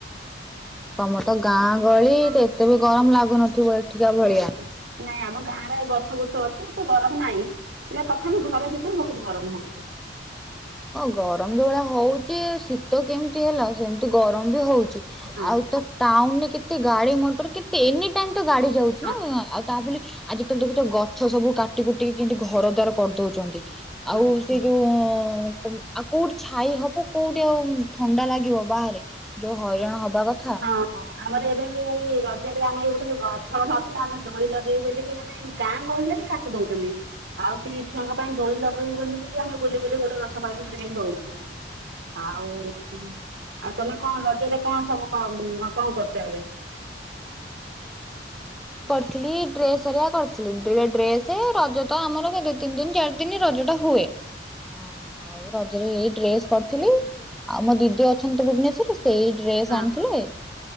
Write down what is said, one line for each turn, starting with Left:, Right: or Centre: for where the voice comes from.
Centre: ତମର ତ ଗାଁ ଗହଳି
Right: ଆଉ
Centre: ଏତେ ବି ଗରମ ଲାଗୁନଥିବ ଏଠିକା ଭଳିଆ।
Right: ନାଇଁ ନାଇଁ ଆମ ଗାଁରେ ଗଛ ବୁଛ ଅଛି ଏତେ ଗରମ ନାହିଁ ହେଲେ ତଥାପି ଘରେ ଭିତରେ ବହୁତ ଗରମ ହଉଛି।
Centre: ଗରମ ଯୋଉଁ ଭଳିଆ ହଉଛି ଶୀତ କେମିତି ହେଲା ସେମିତି ଗରମ ହଉଛି
Right: ହଁ
Centre: ଆଉ ତ ଟାଉନରେ କେତେ ଗାଡି ମଟର କେ ଏନି ଟାଇମ ତ ଗାଡି ଯାଉଛି
Right: ହଁ।
Centre: ନା ଆଉ ତା ବୋଲି ଆଜିକାଲି ଦେଖୁଛ ଗଛ ସବୁ କାଟି କୁଟି ଟିକେ କେମତି ଘର ଦ୍ଵାର କରିଦଉଛନ୍ତି
Right: ହଁ
Centre: ଆଉ ସେ ଯୋଉଁ ଆଉ କୋଉଁଠି ଛାଇ ହବ କୋଉଁଠି ଥଣ୍ଡା ଲାଗିବ ବାହାରେ। ଯୋଉଁ ହଇରାଣ ହବା କଥା।
Right: ହଁ ଆମର ଏବେ ଏଇ ରଜରେ ଆମେ ଏଇ ଗୋଟେ ଗଛ ନାଉଥିଲା ଆମେ ଦୋଳି ଲଗେଇ ବ ଆମେ ଗାଁ ଗହଳିରେ ବି କାଟି ଦଉଛୁ <unintelligible> ଆଉ ସେଇ ଛୁଆଙ୍କ ପାଇଁ ଦୋଳି ଲଗେଇବୁ ବୋଲି କି ଆମେ ବୁଲି ବୁଲି ଗୋଟେ ଗଛ ପାଇଲୁ ଦୋଳି ଲଗେଇଲୁ। ଆଉ ଆଉ ତମେ କଣ ରଜରେ କଣ ସବୁ କରନ୍ତି କଣ କରୁଛ ଏବେ?
Centre: ଥିଲି ଡ୍ରେସ ହରିକା କରିଥିଲି ଡ୍ରେସ ରଜ ତ ଆମର ତିନି ଦିନ ଚାରି ଦିନ ରଜଟା ହୁଏ। ହଁ ହଁ ଆଉ ରଜରେ ଏଇ ଡ୍ରେସ କରିଥିଲି ଆଉ ମୋ ଦିଦି ଅଛନ୍ତି ତ ଭୁବନେଶ୍ଵରରେ। ସେଇ ଡ୍ରେସ୍
Right: ହଁ
Centre: ଆଣିଥିଲେ
Right: ହଁ